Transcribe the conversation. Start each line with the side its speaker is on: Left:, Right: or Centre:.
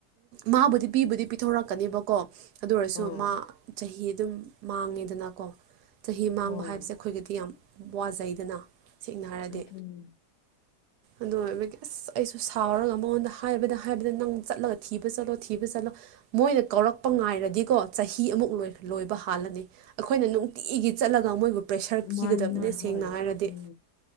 Right: ꯃꯥꯕꯨꯗꯤ ꯄꯤꯕꯨꯗꯤ ꯄꯤꯊꯣꯔꯛꯀꯅꯦꯕꯀꯣ ꯑꯗꯨ ꯑꯣꯏꯔꯁꯨ
Left: ꯎꯝ
Right: ꯃꯥ ꯆꯍꯤ ꯑꯗꯨꯝ ꯃꯥꯡꯉꯦꯗꯅꯀꯣ ꯆꯍꯤ ꯃꯥꯡꯕ
Left: ꯍꯣꯏ
Right: ꯍꯥꯏꯕꯁꯦ ꯑꯩꯈꯣꯏꯒꯤꯗꯤ ꯌꯥꯝ ꯋꯥꯖꯩꯗꯅ ꯁꯦꯡꯅ ꯍꯥꯏꯔꯗꯤ
Left: ꯑꯗꯨꯅꯤ
Right: ꯑꯗꯨ ꯑꯣꯏꯔꯕꯒꯤ ꯑꯁ ꯑꯩꯁꯨ ꯁꯥꯎꯔꯒ ꯃꯉꯣꯟꯗ ꯍꯥꯏꯕꯗ ꯍꯥꯏꯕꯗ ꯅꯪ ꯆꯠꯂꯒ ꯊꯤꯕ ꯆꯠꯂꯣ ꯊꯤꯕ ꯆꯠꯂꯣ ꯃꯣꯏꯅ ꯀꯧꯔꯛꯄ ꯉꯥꯏꯔꯗꯤꯀꯣ ꯆꯍꯤ ꯑꯃꯨꯛ ꯂꯣꯏ ꯂꯣꯏꯕ ꯍꯥꯜꯂꯅꯤ ꯑꯩꯈꯣꯏꯅ ꯅꯨꯡꯇꯤꯒꯤ ꯆꯠꯂꯒ ꯃꯣꯏꯕꯨ ꯄ꯭ꯔꯦꯁꯔ ꯄꯤꯒꯗꯕꯅꯦ
Left: ꯃꯥꯅꯦ
Right: ꯁꯦꯡꯅ
Left: ꯍꯣꯏ
Right: ꯍꯥꯏꯔꯗꯤ
Left: ꯎꯝ